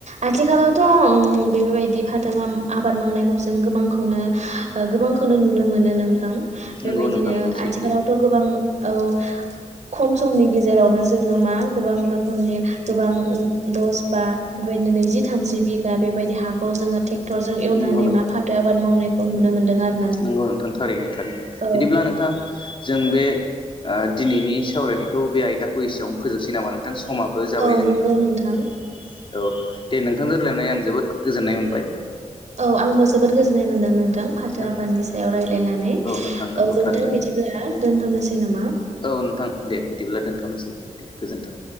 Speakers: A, on the right (about 65°); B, on the left (about 40°).
A: आथिखालाव थ' ओ बेबायदि फाथो मा आबाद मावनायखौ जों गोबांखौनो गोबांखौनो नुनो मोनो नोंथां। बेबायदिनो
B: नंगौ नोंथां नंगौ सैथो
A: आथिखालावथ' गोबां औ खम समनि गेजेरावनो जोङो मा गोबां रोखोमनि गोबां दस बा बेबायदिनो नैजि थामजि बिगा बेबायदि हाखौ जोङो टे क्ट'रजों एवनानै
B: नंगौ
A: मा फाथो आबाद मावनायखौ नुनो मोनदों आरो।
B: नोंगौ नोंथां थारैनो थारैनो
A: औ
B: बिदिब्ला नोंथां जों बे ओ दिनै नि सावरायनायखौ बे आयदाखौ एसेबनो फोजोबसै नोंथां स समाबो जाबाय
A: औ
B: जोंनिया।
A: नंगौ
B: औ
A: नोंथां
B: दे नोंथांजों रायलायनानै आं जोबोद गोजोननाय मोन ओमफ्राय
A: औ आंबो जोबोद गोजोननाय मोनदों नों जों फाथो
B: औ
A: आबादनि सायाव रायलायनानै
B: औ नोंथां नंगौ
A: औ नोंथां
B: थारैनो
A: बिदिब्ला दोनथ'नोसै नामा?
B: औ नोंथां दे बिदिब्ला दोनथ'नोसै दे गोजोन्थों।